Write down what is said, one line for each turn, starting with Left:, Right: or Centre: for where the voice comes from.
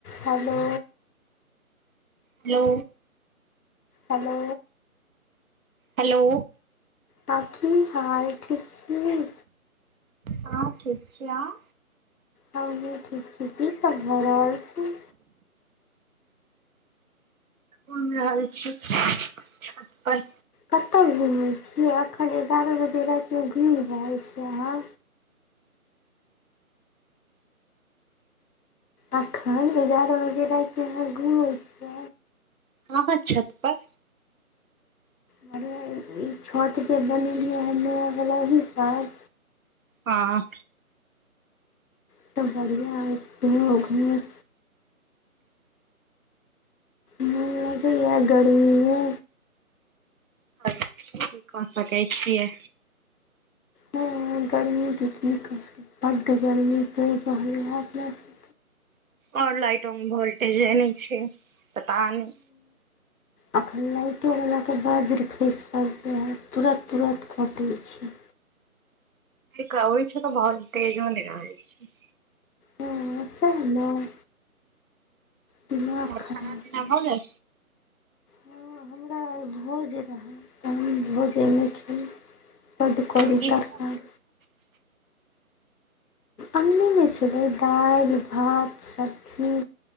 Left: हलो।
Right: Hello.
Left: Hello.
Right: Hello.
Left: हां, की हाल ठीक छी?
Right: हँ ठीक छी, अहां?
Left: हमहुँ ठीक छी, की सब भऽ रहल छै।
Right: घुमि रहल छी, छत पर।
Left: कतऽ घुमे छियै अखन एगारह बजे राति मे घुम रहल छी अहाँ। अखन एगारह बजे राति मे अहाँ घूमै छी।
Right: हाँ-हाँ छत पर।
Left: हमहुँ ई छत जे बनेलिये है नया वला एही साल।
Right: हाँ।
Left: ई तऽ बढ़िया हेय छै <unintelligible> मोन लगैये ऐ गर्मी मे।
Right: और की कऽ सकै छियै।
Left: हाँ गर्मी के की कऽ सकै छियै, बड्ड गर्मी परि रहल ये अपना सब के।
Right: और लाईटो में भोलटेजे ने छै, पता नै।
Left: अखनो लाइटो वलाके बज्र खैस पड़लै है, तुरत-तुरत कटै छै।
Right: एतऽ आबै छै तऽ भोलटेजौ नै अबै छै।
Left: हूँ सही मे दिमाग
Right: और
Left: खराब
Right: खाना
Left: भऽ
Right: पीना
Left: जायत
Right: गेल
Left: हाँ हमरा आइ भोज रहै तऽ हम भोजो नै खेलियै। काल रिकॉर्डिंग
Right: की तहन
Left: करऽ केल अंगने मे छलै दालि, भात, सब्जी